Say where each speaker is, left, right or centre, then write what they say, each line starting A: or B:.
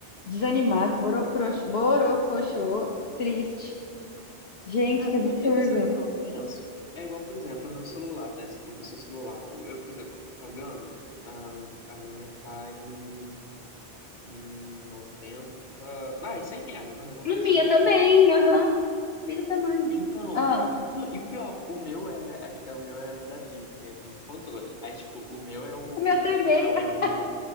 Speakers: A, on the left; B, on the left.
A: desanimado, boroprox- borocochô, triste. Gente,
B: Cara,
A: que absurdo.
B: não, e, e sabe o que eu penso? É igual, por exemplo, o meu celular, né? Você falou do seu celular. O- Eu, por exemplo, eu tô pagando, a, a minha tá em, em 90, Vai, 100 reais, vamos arredondar,
A: A minha
B: 100 reais.
A: também, aham. Filho da mãe.
B: Então,
A: Ah,
B: não, e o pior, o meu é, é, que- é o meu é da Vivo, né? Vivo Controle. Aí, tipo, o meu é o,
A: o meu também.
B: é o
A: <laughs>